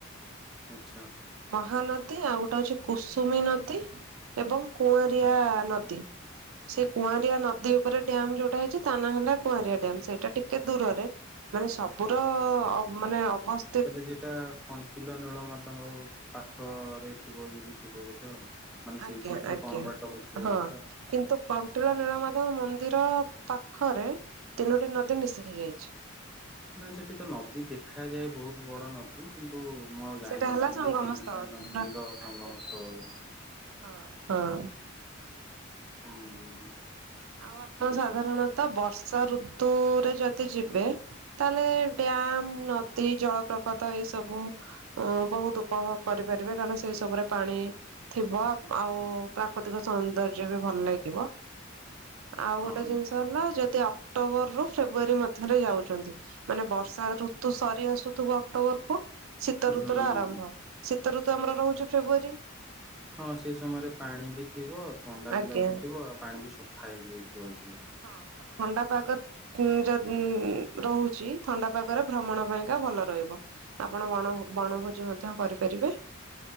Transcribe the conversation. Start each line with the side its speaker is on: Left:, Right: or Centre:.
Centre: ଆଚ୍ଛା।
Right: ମହାନଦୀ ଆଉ ଗୋଟେ ହଉଚି କୁସୁମୀ ନଦୀ ଏବଂ କୁଆଁରିଆ ନଦୀ ସେ କୁଆଁରିଆ ନଦୀ ଉପରେ ଡ୍ୟାମ୍ ଯୋଉଟା ହେଇଚି ତା ନା ହେଲା କୁଆଁରିିଆ ଡ୍ୟାମ ସେଇଟା ଟିକେ ଦୂରରେ ମାନେ ସବୁର ଅବ ମାନେ ଅବସ୍
Centre: ତାହେଲେ ସେଇଟା କଣ୍ଟିଲ ନୀଳମାଧବ ପାଖରେ ଥିବ ଯଦି ଥିବ ବୋଧେ ଆଉ। ମାନେ
Right: ଆଜ୍ଞା
Centre: ସେଇଠୁ ଟିକେ
Right: ଆଜ୍ଞା
Centre: କମ୍ ବାଟା ହଉଥିବ
Right: ହଁ।
Centre: ବୋଧେ
Right: କିନ୍ତୁ କଣ୍ଟିଲ ନୀଳମାଧବ ମନ୍ଦିର ପାଖରେ ତିନୋଟି ନଦୀ ମିଶିକି ଯାଇଚି।
Centre: ନା ସେଠି ତ ନଦୀ ଦେଖାଯାଏ ବହୁତ୍ ବଡ଼ ନଦୀ କିନ୍ତୁ ମୁଁ ଆଉ ଜାଣିନଥିଲି
Right: ସେଟା ହେଲା ସଙ୍ଗମ
Centre: ଯେ ତିନିଟା
Right: ସ୍ଥଳ ତିନୋଟି
Centre: ନଦୀର ସଙ୍ଗମ
Right: ଆଜ୍ଞା
Centre: ସ୍ଥଳ
Right: ଆଜ୍ଞା
Centre: ବୋଲି।
Right: ହଁ ହଁ।
Centre: ହୁଁ।
Right: ଆଉ ଆପଣ
Centre: ବୁଝି
Right: ସାଧାରଣତ ବର୍ଷା ଋତୁରେ ଯଦି ଯିବେ ତାହେଲେ ଡ୍ୟାମ, ନଦୀ, ଜଳପ୍ରପାତ ଏଇ ସବୁ ଉ ବହୁତ୍ ଉପଭୋଗ କରିପାରିବେ କାରଣ ସେଇ ସବୁରେ ପାଣି ଥିବ ଆଉ ପ୍ରାକୃତିକ ସୌନ୍ଦର୍ଯ୍ୟବି ଭଲ ଲାଗିବ। ଆଉ
Centre: ହଁ
Right: ଗୋଟେ ଜିନିଷ ହେଲା ଯଦି ଅକ୍ଟୋବର ରୁ ଫେବୃଆରୀ ମଧ୍ୟରେ ଯାଉଚନ୍ତି। ମାନେ ବର୍ଷା ଋତୁ ସରି ଆସୁଥିବ ଅକ୍ଟୋବର କୁ ଶୀତ
Centre: ହୁଁ।
Right: ଋତୁ ର ଆରମ୍ଭ। ଶୀତ ଋତୁ ଆମର ରହୁଚି ଫେବୃୟାରୀ।
Centre: ହଁ ସେଇ ସମୟରେ ପାଣି ବି ଥିବ ଥଣ୍ଡା ବି
Right: ଆଜ୍ଞା
Centre: ଲାଗୁଥିବ ଆଉ ପାଣି ବି ସ ଫାଇଜି ହେଇଯାଇଥିବ ଟିକେ
Right: ହଁ ଥଣ୍ଡା ପାଗ କୁ ଯ ଉ ରହୁଚି ଥଣ୍ଡା ପାଗରେ ଭ୍ରମଣ ପାଇଁକା ଭଲ ରହିବ। ଆପଣ ବଣ ବଣଭୋଜି ମଧ୍ୟ କରିପାରିବେ।